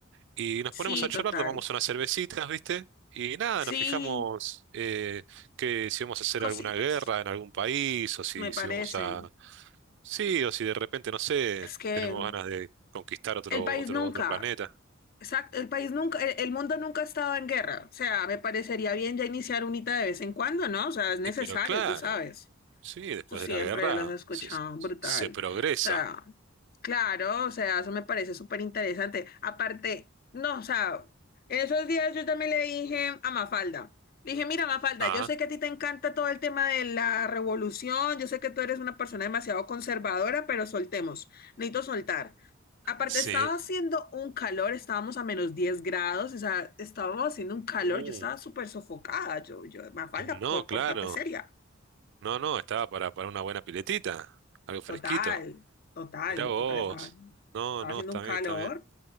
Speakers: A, on the right; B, on the left.
A: Y nos
B: Sí,
A: ponemos a
B: total.
A: charlar, tomamos unas cervecitas, ¿viste? Y nada,
B: Sí,
A: nos fijamos eh, que si vamos a hacer
B: cositas,
A: alguna guerra en algún país, o si,
B: me parecen.
A: si vamos a... Sí, o si de repente, no sé,
B: Es que
A: tenemos ganas de conquistar otro,
B: el país
A: otro,
B: nunca,
A: otro planeta.
B: exacto, el país nunca, el, el mundo nunca ha estado en guerra. O sea, me parecería bien ya iniciar unita de vez en cuando, ¿no? O sea, es necesario,
A: Y pero claro,
B: tú sabes.
A: sí, después
B: Tú siempre
A: de la guerra
B: los has escuchado,
A: se,
B: brutal.
A: se progresa.
B: O sea, claro, o sea, eso me parece súper interesante. Aparte, no, o sea, en esos días yo también le dije a Mafalda, le dije, mira, Mafalda,
A: Ah,
B: yo sé que a ti te encanta todo el tema de la revolución, yo sé que tú eres una persona demasiado conservadora, pero soltemos, necesito soltar. Aparte,
A: sí.
B: estaba haciendo un calor, estábamos a menos 10 grados, o sea, estábamos haciendo un calor,
A: Uh,
B: yo estaba súper sofocada, yo, yo, Mafalda,
A: no,
B: por-
A: claro.
B: portate seria.
A: No, no, estaba para, para una buena piletita, algo fresquito.
B: Total, total,
A: Mirá vos.
B: total. Estaba,
A: No,
B: estaba
A: no,
B: haciendo
A: está
B: un calor.
A: bien, está bien.